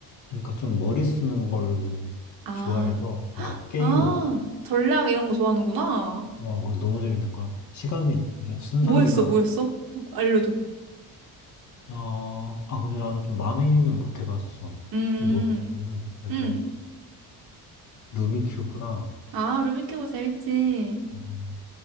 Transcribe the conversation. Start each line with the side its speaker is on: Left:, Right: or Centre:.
Left: 그러니까 좀 머리 쓰는 걸
Right: 아,
Left: 좋아해서, 그러니까 게임으로,
Right: 아, 전략 이런 거 좋아하는구나.
Left: 어, 그거 너무 재밌는 거야. 시간이 진짜 순삭이라,
Right: 뭐 했어, 뭐 했어? 알려줘.
Left: 어, 아, 근데 나는 좀 많이는 못 해봤어.
Right: 음,
Left: 좀 못 해봤거든. 그래도,
Right: 음.
Left: 루미큐브랑,
Right: 아, 루미큐브 재밌지.
Left: 음,